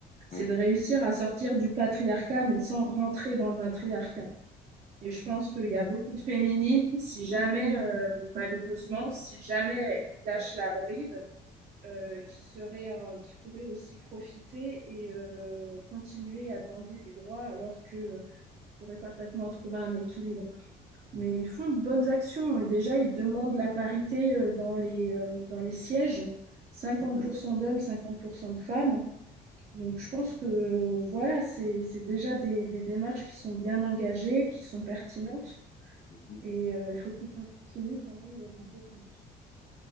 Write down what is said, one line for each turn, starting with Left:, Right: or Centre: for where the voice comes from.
Right: c'est
Left: oui.
Right: de réussir à sortir du patriarcat, mais sans rentrer dans le matriarcat. Et je pense qu'il y a beaucoup de féminines, si jamais, euh, malheureusement, si jamais elles lâchent la bride, euh, qui seraient, euh, qui pourraient aussi profiter et euh, continuer à demander des droits alors que euh, pourrait parfaitement trouver un équilibre. Mais ils font de bonnes actions et déjà, ils demandent la parité euh, dans les, euh, dans les sièges, 50%
Left: Mhm,
Right: d'hommes, 50% de femmes. Donc, je pense que voilà, c'est, c'est déjà des, des démarches qui sont bien engagées, qui sont pertinentes
Left: mhm.
Right: et euh, il faut qu'ils continuent quand même euh, en ce sens.